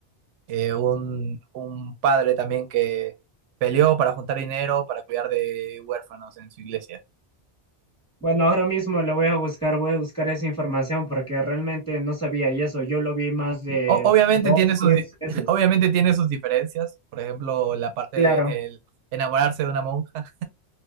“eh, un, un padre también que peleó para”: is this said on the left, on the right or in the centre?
Right